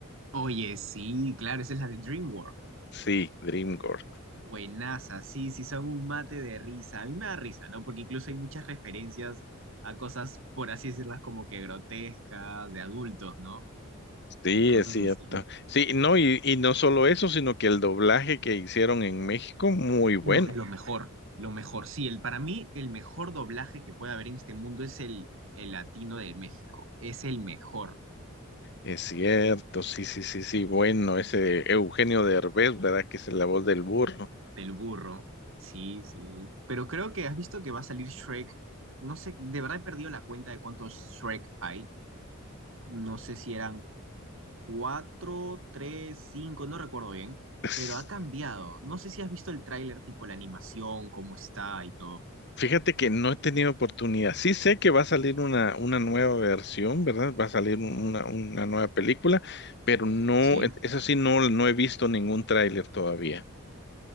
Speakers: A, on the right; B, on the left.
A: Oye, sí, claro, esa es la de DreamWorks.
B: Sí, DreamWorks.
A: Buenaza, sí, sí, son un mate de risa. A mí me da risa, ¿no? Porque incluso hay muchas referencias a cosas, por así decirlas, como que grotescas, de adultos, ¿no?
B: Sí,
A: Y cosas
B: es cierto.
A: así.
B: Sí, no, y, y no solo eso, sino que el doblaje que hicieron en México, muy bueno.
A: No, lo mejor, lo mejor, sí, el, para mí el mejor doblaje que puede haber en este mundo es el, el latino del México. Es el mejor.
B: Es cierto, sí, sí, sí, sí. Bueno, ese Eugenio Derbez, ¿verdad? Que es la voz del burro.
A: Del burro. Sí, sí. Pero creo que has visto que va a salir Shrek. No sé, de verdad he perdido la cuenta de cuántos Shrek hay. No sé si eran cuatro, tres, cinco, no recuerdo bien.
B: Es-
A: Pero ha cambiado. No sé si has visto el tráiler, tipo la animación, cómo está y todo.
B: Fíjate que no he tenido oportunidad. Sí sé que va a salir una, una nueva versión, ¿verdad? Va a salir un- una, una nueva película, pero no,
A: Sí.
B: e, eso sí, no, no he visto ningún tráiler todavía.